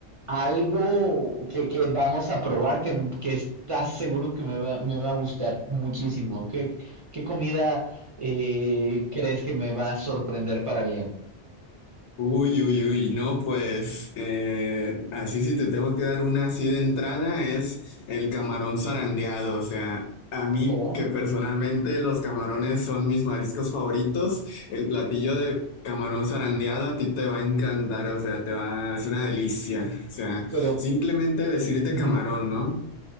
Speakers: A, on the right; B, on the left.
A: algo que, que vamos a probar que, que estás seguro que me va, me va a gustar muchísimo. ¿Qué, qué comida eh, crees que me va a sorprender para bien?
B: Uy, uy, uy, no, pues eh, así si te tengo que dar una así de entrada es el camarón zarandeado, o sea, a mí
A: Oh,
B: que personalmente los camarones son mis mariscos favoritos, el platillo de camarón zarandeado a ti te va a encantar, o sea, te va, es una delicia, o sea,
A: pero
B: simplemente decirte
A: Ujú.
B: camarón, ¿no?